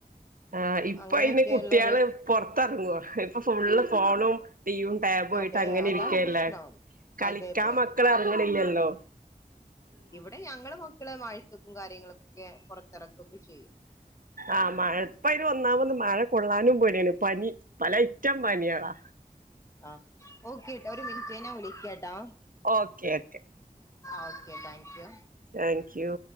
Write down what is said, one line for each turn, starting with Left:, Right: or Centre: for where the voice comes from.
Right: ആഹ് ഇപ്പയിന്
Left: അങ്ങനെയൊക്കെയുള്ള
Right: കുട്ടിയാള്
Left: ഒരു
Right: പൊറത്തെറങ്ങോ ഇപ്പ ഫുള്ള് ഫോണും ടീവും ടാബു ആയിട്ട്
Left: അതെ
Right: അങ്ങനെ
Left: അതാണ്
Right: ഇരിക്കല്ലേ
Left: പ്രശ്നം
Right: കളിക്കാൻ
Left: അതെ അതെ
Right: മക്കള് എറങ്ങ്ണില്ലല്ലോ
Left: ഇവടെ ഞങ്ങള് മക്കള് മഴയെത്തും കാര്യങ്ങളൊക്കെ പൊറത്തിറക്കൊക്കെ ചെയ്യും
Right: ആഹ് മഴ ഇപ്പയ്ന് ഒന്നാമത് മഴ കൊള്ളാനും പേടിയാണ് പനി പല ഐറ്റം പനിയളാ
Left: ആഹ് ഓക്കെ ഒര് മിന്റ്റെ ഞാൻ വിളിക്കാട്ടോ
Right: okay okay
Left: okay thank you.
Right: Thank you.